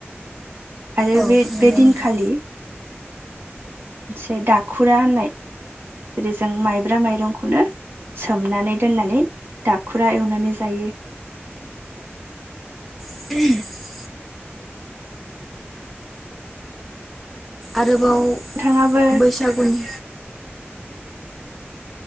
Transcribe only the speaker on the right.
आरो
बे
बे दिनखालि
मोनसे दाखुरा होननाय ओरै जों माइब्रा माइरंखौनो सोमनानै दोननानै दाखुरा एवनानै जायो।
नोंथाङाबो